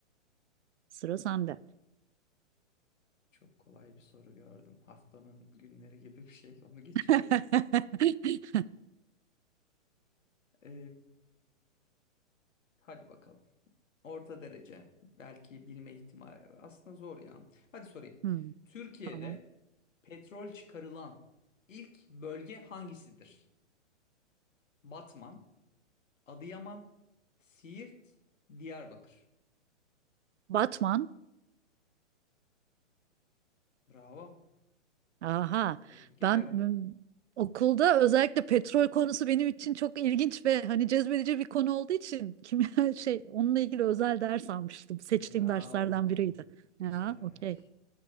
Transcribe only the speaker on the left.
Çok kolay bir soru gördüm. Haftanın günleri gibi bir şey. <laughs> Onu geçiyorum.
Ee, hadi bakalım. Orta derece. Belki bilme ihtimali. Aslında zor ya. Hadi sorayım.
Türkiye'de
petrol çıkarılan ilk bölge hangisidir? Batman, Adıyaman, Siirt, Diyarbakır.
Bravo.
Tebrik ederim.
Bravo.
Güzel.